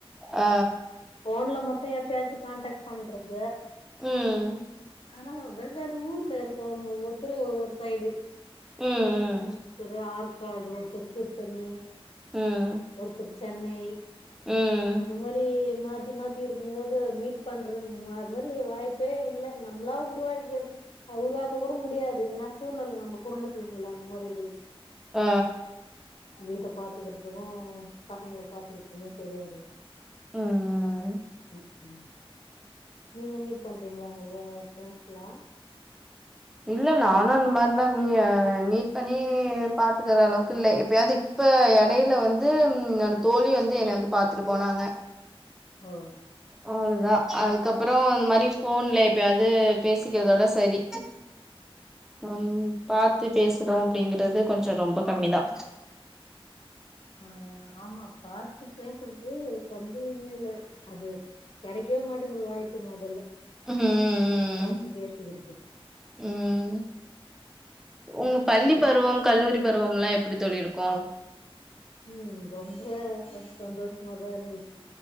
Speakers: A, in the centre; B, on the left.
A: ஆ
B: போன்ல மட்டு எப்பயாச்சு கான்டாக்ட் பண்றது
A: ம்
B: ஆனா வெவ்வேறு ஊர்ல இருக்கோம் ஒவ்வொருத்தரு ஒவ்வொரு சைடு
A: ம் ம்
B: ஒருத்தரு ஆர்காடு ஒருத்தர் திருத்தணி
A: ம் ம்
B: ஒருத்தர் சென்னை
A: ம்
B: அந்த மாத் த்தி மாத்தி இருக்கும் போது மீட் பண்றது அது மாரி வாய்ப்பே இல்ல நம்மளா உருவாக்கியது அது உருவாக்க கூட முடியாது ஏன்னா சூழ்நில நம்ம குடும்ப சூழ்நில அந்த மாரி இருக்குது
A: ஆ
B: ஆ வீட்ட பாத்துக்கிறதுக்கு பசங்கள பாத்துக்கிறதுக்குமே சரியா இருக்கு
A: ம்
B: ம்கும் நீங்க மீட் பண்றீங்களா உங்க ஃப்ரெண்ட்ஸ் எல்லா
A: இல்ல நானு அந்த மாரிதா மீ மீட் பண்ணி பாத்துக்குற அளவுக்கு இல்ல எப்பயாது இப்ப எடையில வந்து என்னோட தோழி வந்து என்னைய வந்து பாத்துட்டு போனாங்க
B: ஓ
A: அவ்வளதா அதுக்கப்புறோ இந்த மாரி போன்ல எப்பயாது பேசிக்கிறதோட சரி ம் பாத்து பேசுறோ அப்டிங்கிறது கொஞ்சோ ரொம்ப கம்மிதா
B: அ ஆமா பாத்து பேசுறது கம்மினு இல்ல அது கெடைக்கவே மாட்டேங்குது வாய்ப்பு மொதல்ல
A: ம்
B: பாத்து பேசிக்கிறதுக்கு
A: ம் உங்க பள்ளிப் பருவம் கல்லூரி பருவம் எல்லா எப்டி தோழி இருக்கு
B: ம் ரொம்ப ச சந்தோஷமாதா இருந்துச்சு